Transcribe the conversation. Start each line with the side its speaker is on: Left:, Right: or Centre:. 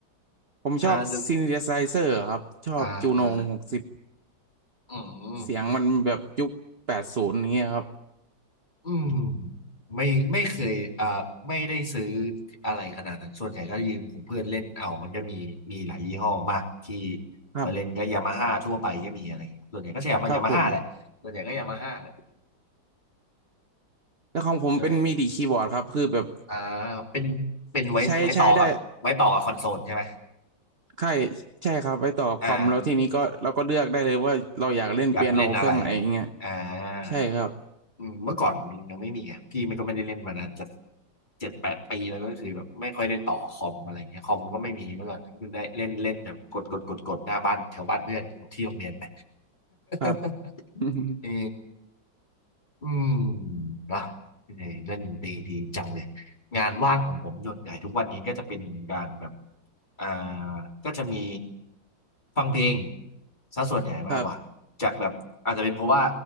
Right: ผมชอบซิน
Left: อ่าเดี๋ยว
Right: t h ไซเซอร์ครับ ชอบจูโนหกสิบ
Left: อ่าฮะอืม
Right: เสียงมันแบบยุคแปดศูนย์อย่างเงี้ยครับ
Left: อืมไม่ไม่เคยอ่าไม่ได้ซื้ออะไรขนาดนั้นส่วนใหญ่ก็ยืมของเพื่อนเล่นเอามันก็มีมีหลายยี่ห้อมากที่
Right: ครับ
Left: มาเล่นก็ยามาฮ่าทั่วไปก็มีอะไรอย่างเงี้ยส่วนใหญ่ก็ใช้ยมายามาฮ่าแหละส่วนใหญ่ก็ยามาฮ่าแหละ
Right: ครับผม แล้วของผมเป็นมิดิคีย์บอร์ดครับคือแบบ
Left: เลยอ่าเป็นเป็นไว้ไว้ต่อกับไว้ต่อกับคอนโซลใช่ไหม
Right: ใช้ใช้ได้ ใช่ใช่ครับไว้ต่อกับคอมแล้วทีนี้ก็เราก็เลือกได้เลยว่าเราอยากเล่นเปียโนเครื่องไหนอย่างเงี้ย
Left: อ่า อยากเล่นอะไรอ่า
Right: ใช่ครับ
Left: อืมเมื่อก่อนมันยังไม่มีไงพี่มันก็ไม่ได้เล่นมานานจะเจ็ดแปดปีแล้วก็คือแบบไม่ค่อยได้ต่อคอมอะไรเงี้ยคอมก็ไม่มีเมื่อก่อนก็คือได้เล่นเล่นแบบกดกดกดกดหน้าบ้านแถวบ้านเพื่อนที่โรงเรียนไป
Right: ครับ
Left: <laughs>
Right: <laughs>
Left: เออ อืมนะเออเล่นดนตรีดีจังเลยงานว่างของผมส่วนใหญ่ทุกวันนี้ก็จะเป็นการแบบอ่าก็จะมีฟังเพลงซะส่วนใหญ่มากกว่าจากแบบอาจจะเป็นเพราะว่า
Right: ครับ